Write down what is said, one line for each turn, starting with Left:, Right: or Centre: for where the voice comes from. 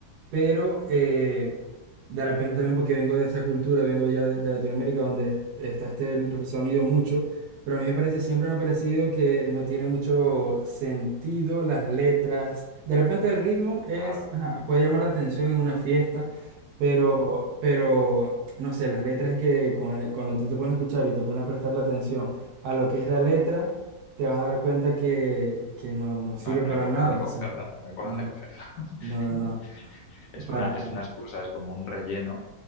Right: pero eh, de repente también porque vengo de esa cultura, vengo ya de, de Latinoamérica donde está este el sonido mucho, pero a mí me parece, siempre me ha parecido que no tiene mucho sentido las letras. De repente el ritmo es,
Left: Claro,
Right: ajá, puede llamar la atención en una fiesta, pero, pero no sé, las letras que cu- cuando tú te pones a escuchar y te pones a prestar la atención a lo que es la letra, te vas a dar cuenta que, que no, no sirve
Left: no, no
Right: para
Left: hay por
Right: nada.
Left: dónde cogerla,
Right: o sea, que
Left: no hay por
Right: no,
Left: dónde cogerla.
Right: no, no,
Left: <laughs>
Right: no,
Left: Es
Right: para
Left: una,
Right: nada.
Left: es una excusa, es como un relleno